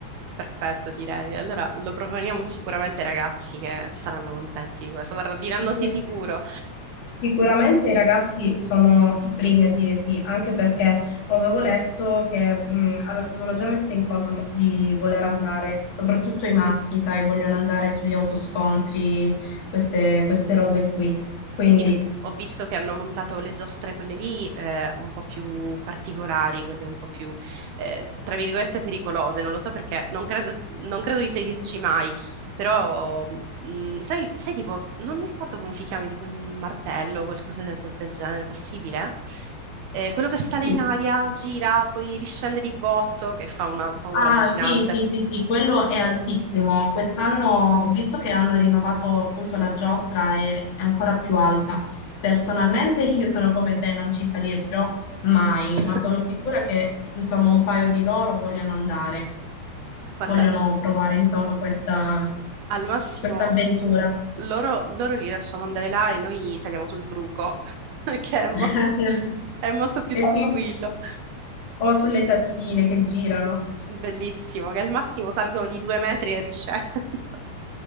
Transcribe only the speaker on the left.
Sicur-
Sicuramente i ragazzi sono i primi a dire sì, anche perché avevo letto che mh, avevano già messo in conto no, di voler andare, soprattutto i maschi, sai, vogliono andare sugli autoscontri, queste, queste robe qui. Quindi
sì,
Ah,
sì, sì, sì, sì, quello è altissimo. Quest'anno ho visto che hanno rinnovato appunto la giostra e è ancora più alta. Personalmente <laughs> io sono come te, non ci salirò mai,
ma sono sicura che insomma un paio di loro vogliono andare,
vogliono provare insomma questa,
questa avventura.
<laughs>
Eh
sì, o sulle tazzine che girano.